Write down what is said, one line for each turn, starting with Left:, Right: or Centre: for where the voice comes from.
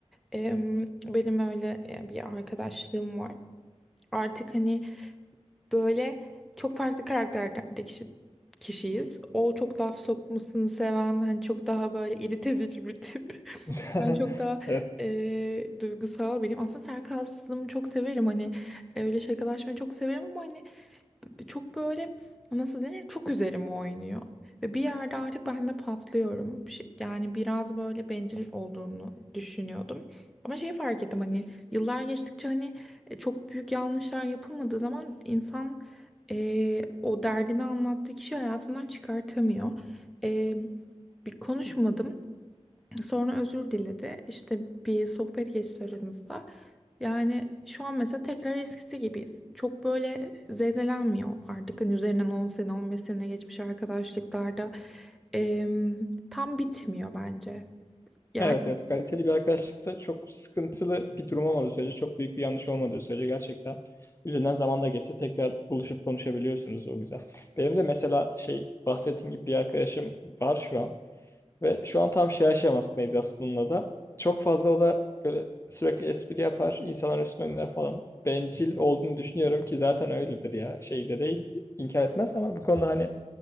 Centre: Em, benim öyle e, bir arkadaşlığım var. Artık hani böyle çok farklı karakterlerde kişi, kişiyiz. O çok laf sokmasını seven hani çok daha böyle irite edici bir tip.
Left: <laughs>
Centre: Ben çok daha
Left: Evet,
Centre: eee, duygusal biriyim. Aslında sarkazmı çok severim. Hani e, öyle şakalaşmayı çok severim ama hani çok böyle nasıl denir çok üzerime oynuyor. Ve bir yerde artık ben de patlıyorum. Bir şey- Yani biraz böyle bencil olduğunu düşünüyordum. Ama şeyi fark ettim hani yıllar geçtikçe hani e, çok büyük yanlışlar yapılmadığı zaman insan e, o derdini anlattığı kişi hayatından çıkartamıyor. E, bir konuşmadım. Sonra özür diledi. İşte bir sohbet geçti aramızda. Yani şu an mesela tekrar eskisi gibiyiz. Çok böyle zedelenmiyor artık. Hani üzerinden 10 sene, 15 sene geçmiş arkadaşlıklarda em, tam bitmiyor bence. Yani
Left: evet, evet. Kaliteli bir arkadaşlıkta çok sıkıntılı bir durum olmadığı sürece, çok büyük bir yanlış olmadığı sürece gerçekten üzerinden zaman da geçse tekrar buluşup konuşabiliyorsunuz o güzel. Benim de mesela şey bahsettiğim gibi bir arkadaşım var şu an. Ve şu an tam şey aşamasındayız aslında da. Çok fazla o da böyle sürekli espri yapar, insanların üstüne oynar falan. Bencil olduğunu düşünüyorum ki zaten öyledir ya. Şey de değil, inkar etmez ama bu konuda hani